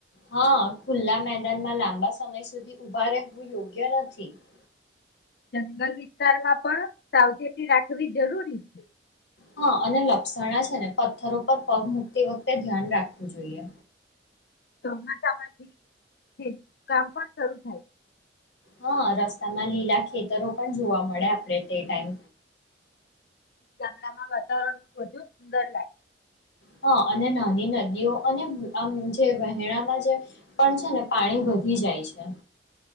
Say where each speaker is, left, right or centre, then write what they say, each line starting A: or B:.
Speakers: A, on the left; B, on the left.
A: હા ખુલ્લા મેદાનમાં લાંબા સમય સુધી <unintelligible> રહેવું યોગ્ય નથી. <unintelligible>
B: જંગલ વિસ્તારમાં પણ સાવચેતી રાખવી જરૂરી છે.
A: હા અને લપસણા છે ને પથ્થરો પર પગ મુકતી વખતે ધ્યાન રાખવું જોઈએ.
B: ચોમાસામાંથી કામ પણ શરૂ થાય.
A: હા રસ્તામાં લીલા ખેતરો પણ જોવા મળે આપડે તે ટાઈમ.
B: ગામડામાં વાતાવરણ વધુ સુંદર લાગે.
A: હા અને નાની નદીઓ અને આમ જે વહેણામાં જે પણ છે ને પાણી વધી જાય છે.